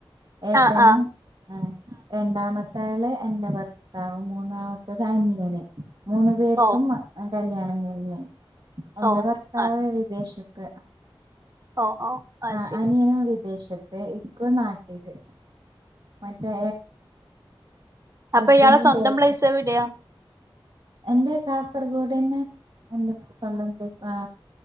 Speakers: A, on the right (about 55°); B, on the right (about 35°).
A: ഏട്ടന്
B: ആ ആ
A: ആ രണ്ടാമത്ത ആള് എന്റെ ഭർത്താവ് മൂന്ന് ഒന്നാമത്തെത് അനിയന് മൂന്നു പേർക്കും
B: ഓ
A: കല്യാണം കഴിഞ്ഞ് എന്റെ
B: ഓ
A: ഭര്ത്താവ്
B: ആ
A: വിദേശത്ത്
B: ഓ ഓ
A: ആ
B: ശരി
A: അനിയനും വിദേശത്ത് ഇക്കൂ നാട്ട് ത് മറ്റേ
B: അപ്പൊ
A: ഹസ്ബൻഡിന്റെ
B: ഇയാളെ സ്വന്തം
A: ഏട്ടൻ
B: പ്ലേസ് എവിടെയാ
A: എന്റെ കാസർഗോഡ്ന് എൻ്റെ സ്വന്തം ആ